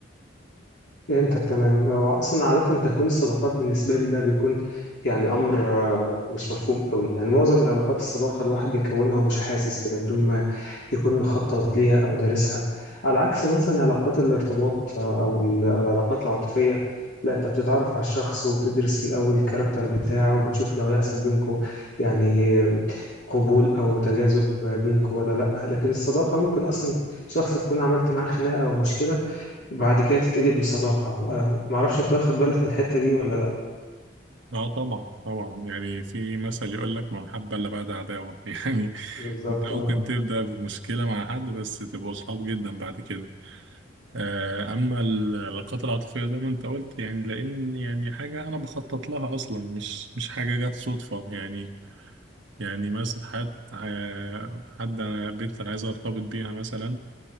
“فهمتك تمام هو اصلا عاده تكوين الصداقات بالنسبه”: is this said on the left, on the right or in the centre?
Left